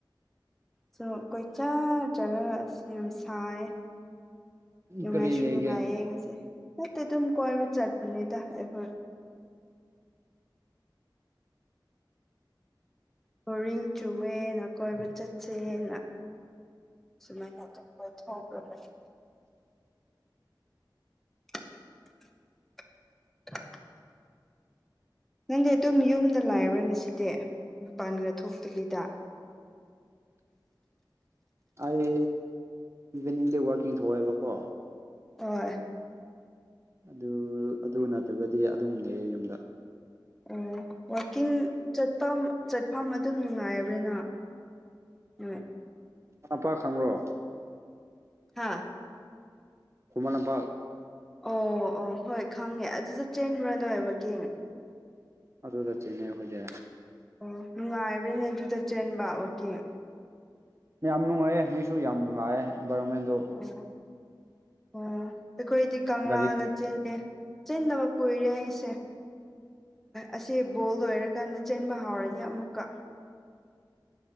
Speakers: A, in the centre; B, on the right.
A: ꯁꯣ ꯀꯣꯏꯆꯠ ꯆꯂꯒ ꯑꯁ ꯌꯥꯝ ꯁꯥꯏꯌ‌ꯦ ꯅꯨꯡꯉꯥꯏꯁꯨ
B: ꯀꯔꯤ ꯂꯩꯒꯦ
A: ꯅꯨꯡꯉꯥꯏꯌꯦ ꯉꯁꯦ ꯅꯠꯇ ꯑꯗꯨꯝ ꯀꯣꯏꯕ ꯆꯠꯄꯅꯤꯗ ꯑꯩꯈꯣꯏ ꯕꯣꯔꯤꯡ ꯆꯨꯋꯦꯅ ꯀꯣꯏꯕ ꯆꯠꯁꯦꯅ ꯁꯨꯃꯥꯏꯅ ꯑꯗꯨꯝ ꯀꫭꯏꯊꫭꯛꯔ ꯀꯅꯤ <unintelligible> ꯅꯪꯗꯤ ꯑꯗꯨꯝ ꯌꯨꯝꯗ ꯂꯥꯏꯕ‌꯭ꫪꯅ‌ꯦ ꯁꯤꯗꯤ ꯃꯄꯥꯟꯒ ꯊꯣꯛꯇꯕꯤꯗ
B: ꯑꯩ ꯏꯚꯤꯅꯤꯡꯗꯤ ꯋꯥꯛꯀꯤꯡ ꯊꫭꯑꯦꯕꯀꯣ
A: ꯑꫭꯏ
B: ꯑꯗꯨ ꯑꯗꯨ ꯅꯠꯇ꯭ꯔꯒꯗꯤ ꯑꯗꯨꯝ ꯂꯩꯌꯦ ꯌꯨꯝꯗ
A: ꯑꯣ ꯋꯥꯛꯀꯤꯡ ꯆꯠꯐꯝ ꯆꯠꯐꯝ ꯑꯗꯨꯝ ꯅꯨꯡꯉꯥꯏꯕ꯭ꯔꯅꫭ ꯅꫭꯏ
B: ꯑꯄꯥ ꯈꯪꯕ꯭ꯔꯣ
A: ꯍꯥꯥ
B: ꯈꯨꯃꯜ ꯂꯝꯄꯥꯛ
A: ꯑꯣ ꯑꯣ ꯍꯣꯏ ꯈꯪꯉꯦ ꯑꯗꯨꯗ ꯆꯦꯟꯕ꯭ꯔ ꯅꯣꯏ ꯋꯥꯛꯀꯤꯡ
B: ꯑꯗꯨꯗ ꯆꯦꯟꯅꯩ ꯑꯩꯈꫭꯏꯗꯤ
A: ꯑꯣ ꯅꯨꯡꯉꯥꯏꯕ꯭ꯔꯅꯦ ꯑꯗꯨꯗ ꯆꯦꯟꯕ ꯋꯥꯛꯀꯤꯡ
B: ꯌꯥꯝ ꯅꯨꯡꯉꯥꯏꯌ‌ꯦ ꯃꯤꯁꯨ ꯌꯥꯝ ꯂꯥꯛꯑꯦ ꯏꯟꯕꯥꯏꯔꯣꯃꯦꯟꯗꯣ
A: ꯑꯣ ꯑꯣ ꯑꯩꯈꯣꯏꯗꯤ ꯀꯪꯂꯥꯗ
B: ꯒꯥꯔꯤ
A: ꯆꯦꯜꯂꯦ ꯆꯦꯟꯗꯕ ꯀꯨꯏꯔꯦ ꯑꯩꯁꯦ ꯑꯁꯤ ꯕꯣꯜ ꯂꯣꯏꯔꯛ ꯀꯟꯅ ꯆꯦꯟꯕ ꯍꯥꯎꯔꯅꯤ ꯑꯃꯨꯛꯀ